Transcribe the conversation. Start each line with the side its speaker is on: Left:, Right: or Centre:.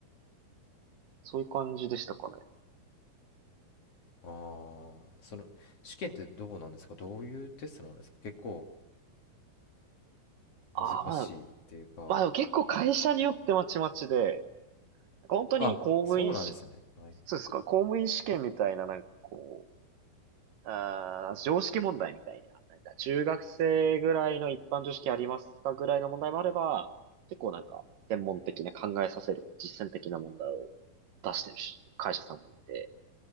Right: そういう感じでしたかね。
Left: ああ、その、試験ってどうなんですかどういうテストなんですか結構
Right: ああ、
Left: 難しいっていうか。
Right: まあ、まあでも結構会社によってまちまちで、なんか本当に公務員し、
Left: あ、そうなんですね。はい。
Right: そうですか、公務員試験みたいな、なんかこう、あー、常識問題みたいな、なんか中学生ぐらいの一般常識ありますかぐらいの問題もあれば、結構なんか専門的な考えさせるような実践的な問題を出してるし、会社さんもいて、